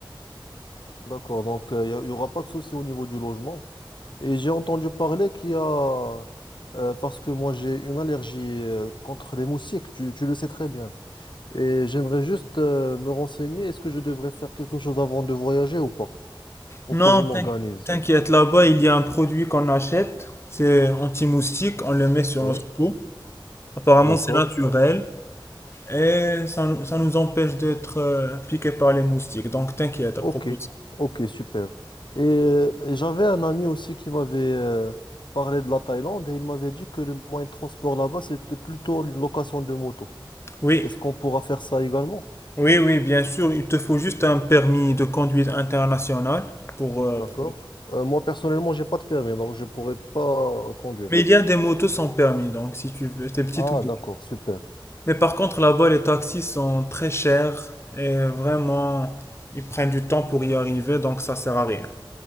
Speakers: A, on the left; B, on the left.
A: D'accord, donc euh, il n'y aura pas de souci au niveau du logement. Et j'ai entendu parler qu'il y a, euh, parce que moi j'ai une allergie euh, contre les moustiques, tu, tu le sais très bien. Et j'aimerais juste euh, me renseigner, est-ce que je devrais faire quelque chose avant de voyager ou pas? pour
B: Non,
A: que je m'organise.
B: t'inqui- t'inquiète, là-bas, il y a un produit qu'on achète. C'est anti-moustique. On le met sur
A: Oui,
B: notre peau. Apparemment,
A: d'accord.
B: c'est naturel. Et ça, nous- ça nous empêche d'être euh, piqués par les moustiques. Donc, t'inquiète à
A: Ok,
B: propos de ça.
A: ok, super. Et, euh, et j'avais un ami aussi qui m'avait euh, parlé de la Thaïlande et il m'avait dit que le moyen de transport là-bas, c'était plutôt une location de moto.
B: Oui,
A: Est-ce qu'on pourra faire ça également?
B: oui, oui, bien sûr. Il te faut juste un permis de conduite international pour, euh,
A: D'accord.
B: pour-
A: Euh, moi, personnellement, j'ai pas de permis, donc je pourrais pas conduire.
B: Mais il y a des motos sans permis, donc si tu veux, des petites
A: Ah,
B: motos.
A: d'accord, super.
B: Mais par contre, là-bas, les taxis sont très chers et vraiment, ils prennent du temps pour y arriver, donc ça sert à rien.